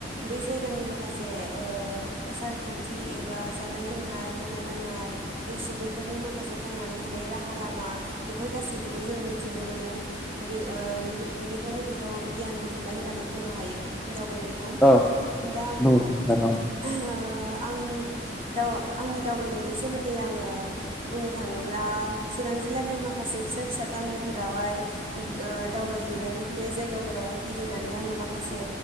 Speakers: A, on the right (about 30°); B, in the centre.
A: बै जायगानि माखासे से ओ आसार खान्थि एबा जानाय लोंनाय मावनाय दांनाय बै सुबुंफोरनि मा खासे थांनानै थानाय राहा लामा बेफोर गासैखौबो जों मिथिनो मोनो ओ बेफोर बेनिखायनो बेखौ गियान बुथुमनाय होननानै बुंनो हायो नब लुबैनायखौ
B: औ
A: दा ओ
B: नंगौ नोंथां नंगौ
A: आं दा आंनि दावबायनायनि सोमोन्दै आङो बुंनो थाङोब्ला चिरां जिल्लानि माखासे से फिसा फिसा गामिफोरावहाय ओ दावबाहै दों बे जायगाफोरावहाय गिदिंनानै आङो माखासे